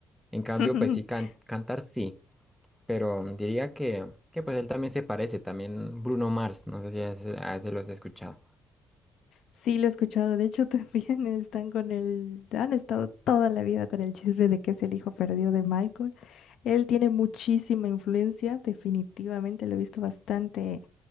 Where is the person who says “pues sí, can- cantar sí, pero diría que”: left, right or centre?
Centre